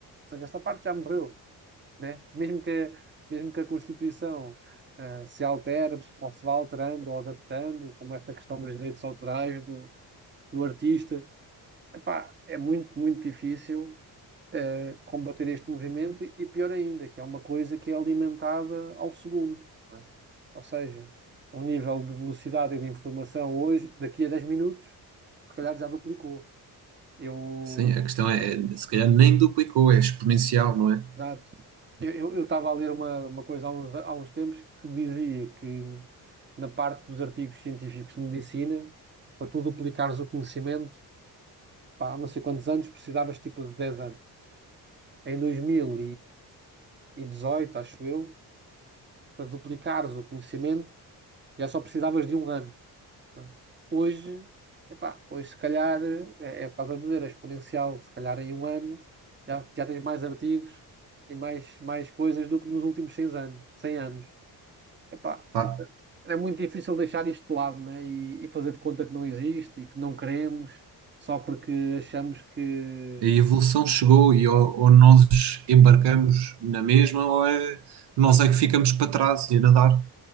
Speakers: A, on the right; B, on the right.
A: seja, esta parte já morreu né? Mesmo que, mesmo que a Constituição eh, se altere, ou se vá alterando ou adaptando, como essa questão dos direitos autorais do, do artista, epá, é muito, muito difícil eh, combater este movimento e pior ainda, que é uma coisa que é alimentada ao segundo, não é? Ou seja, o nível de velocidade e de informação hoje, daqui a 10 minutos, se calhar já duplicou. Eu,
B: Sim, a questão é, é, se calhar nem duplicou, é exponencial, não é?
A: Exato. Eu, eu, estava a ler uma, uma coisa há uns, há uns tempos que dizia que na parte dos artigos científicos de medicina, para tu duplicares o conhecimento, pá, há não sei quantos anos, precisavas tipo de 10 anos. Em dois mil e dezoito acho eu, para duplicares o conhecimento, já só precisavas de um ano. não é? Hoje, epá, hoje se calhar, é, é por causa de dizer, é exponencial, se calhar em um ano já, já tens mais artigos e mais, mais coisas do que nos últimos 100 anos. 100 anos. Epá,
B: Pá,
A: é muito difícil deixar isto de lado, né? E, e fazer de conta que não existe e que não queremos só porque achamos que
B: a evolução chegou e ou, ou nós embarcamos na mesma ou é- nós é que ficamos para trás e a nadar.